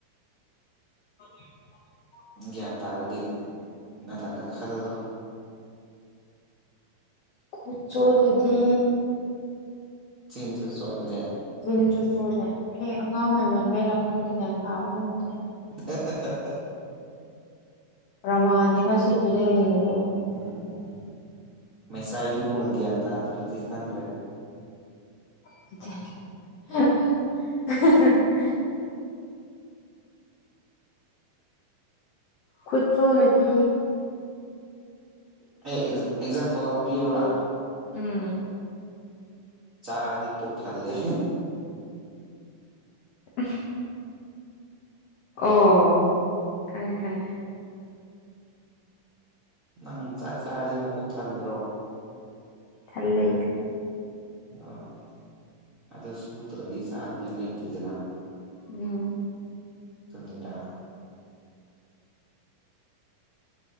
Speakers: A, on the left; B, on the right.
A: <unintelligible>
B: ꯒ꯭ꯌꯥꯟ ꯇꯥꯔꯗꯤ ꯅꯊꯟꯇ ꯈꯜꯂꯣ
A: ꯈꯨꯠ ꯆꯣꯠꯂꯗꯤ
B: ꯆꯤꯟꯁꯨ ꯆꯣꯠꯂꯦ
A: ꯆꯤꯡꯁꯨ ꯆꯣꯠꯂꯦ ꯍꯦ ꯑꯉꯥꯡ ꯑꯣꯏꯃꯟꯕꯩꯔꯥ ꯈꯪꯗꯦ ꯒ꯭ꯌꯥꯟ ꯇꯥꯕ ꯉꯝꯗ꯭ꯔꯦ
B: <inaudible>
A: ꯄ꯭ꯔꯃꯥꯅꯦꯒ ꯁꯤ ꯄꯤꯖꯔꯤꯅꯦꯕ
B: ꯎꯝ ꯃꯩꯁꯥꯏ ꯂꯨꯅ ꯒ꯭ꯌꯥꯟ ꯇꯥꯗꯥꯔꯗꯤ ꯈꯪꯗ꯭ꯔꯦ
A: <inaudible> ꯈꯨꯠ ꯆꯣꯠꯂꯗꯤ
B: ꯑꯩ ꯑꯦꯛꯖꯥꯝꯄꯜ ꯑꯃ ꯄꯤꯌꯣꯔꯥ
A: ꯎꯝ
B: ꯆꯥꯔꯗꯤ ꯄꯨꯛ ꯊꯜꯂꯦ
A: <unintelligible> ꯑꯣ ꯈꯪꯉꯦ ꯈꯪꯉꯦ
B: ꯅꯪ ꯆꯥꯛ ꯆꯥꯔꯥꯗꯤ ꯄꯨꯛ ꯊꯟꯗ꯭ꯔꯣ
A: ꯊꯜꯂꯦ
B: ꯑꯣ ꯑꯗꯨ ꯁꯨꯗ꯭ꯔꯗꯤ ꯆꯥꯅꯤꯡꯉꯥꯏ ꯂꯩꯇꯦꯗꯅ
A: ꯎꯝ
B: ꯀꯅꯗꯥ